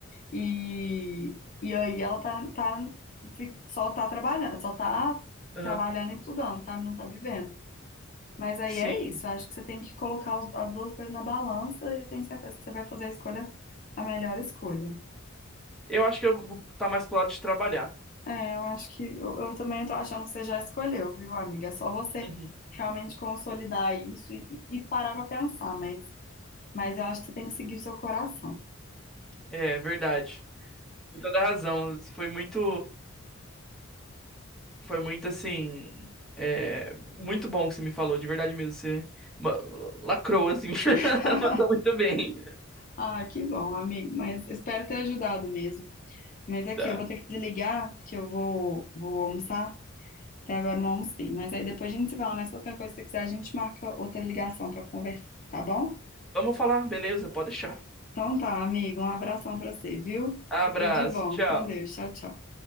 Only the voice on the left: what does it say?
E, e aí ela tá, tá, fi- só tá trabalhando, só tá
trabalhando e estudando, sabe? Não tá vivendo. Mas aí
é isso, acho que você tem que colocar os- as duas coisas na balança e eu tenho certeza que você vai fazer a escolha, a melhor escolha.
É, eu acho que eu, eu também tô achando que você já escolheu, viu, amiga? É só você
realmente consolidar isso e, e parar pra pensar, mas, mas eu acho que você tem que seguir o seu coração.
<laughs>
Ah, que bom, amigo, mas espero ter ajudado mesmo. Mas aqui,
eu vou ter que desligar, que eu vou, vou almoçar. Até agora eu não almocei. Mas aí depois a gente se fala mais qualquer coisa que você quiser, a gente marca outra ligação pra conversar, tá bom?
Então tá, amigo. Um abração pra você, viu?
Tudo de bom.
Com Deus. Tchau, tchau.